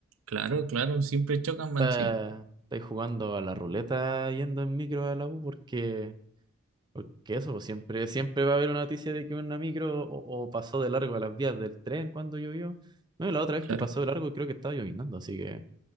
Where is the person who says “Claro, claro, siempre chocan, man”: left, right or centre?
Right